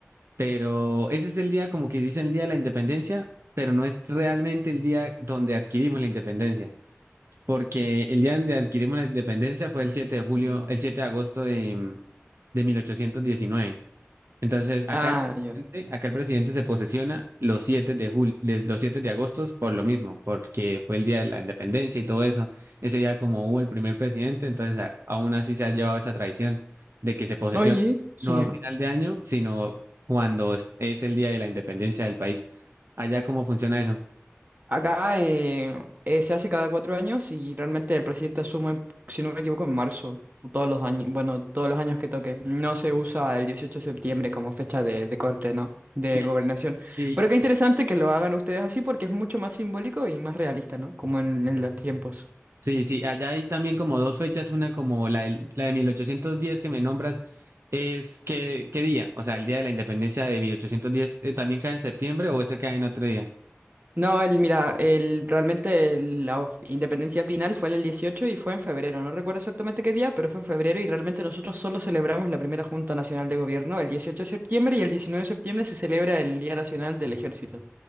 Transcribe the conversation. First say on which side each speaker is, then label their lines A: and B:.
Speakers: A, on the right; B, on the right.
A: pero ese es el día como que dice el día de la independencia, pero no es realmente el día donde adquirimos la independencia, porque el día donde adquirimos la independencia fue el 7 de julio, el 7 de agosto de, de 1819. Entonces, acá
B: Ah,
A: el
B: ya.
A: presidente, acá el presidente se posesiona los 7 de julio, los 7 de agosto por lo mismo, porque fue el día de la independencia y todo eso. Ese día como hubo el primer presidente, entonces a- aún así se ha llevado esa tradición de que se posesiona
B: Oye, genial.
A: no a final de año, sino cuando es es el día de la independencia del país. Allá cómo funciona eso.
B: Acá eh, eh, se hace cada cuatro años y realmente el presidente asume, si no me equivoco, en marzo, o todos los años, bueno, todos los años que toque. No se usa el 18 de septiembre como fecha de, de corte, ¿no? De
A: Ya.
B: gobernación.
A: Sí,
B: Pero qué interesante que lo hagan ustedes así porque es mucho más simbólico y más realista, ¿no? Como en, en los tiempos.
A: Sí, sí, allá hay también como dos fechas, una como la, del- la de 1810 que me nombras, es qué, qué día, o sea, el día de la independencia de 1810, eh, ¿también cae en septiembre o ese cae en otro día?
B: No, el, mira, el, realmente el- la of- independencia final fue en el 18 y fue en febrero. No recuerdo exactamente qué día, pero fue en febrero y realmente nosotros solo celebramos la primera Junta Nacional de Gobierno el 18 de septiembre y el 19 de septiembre se celebra el Día Nacional del Ejército.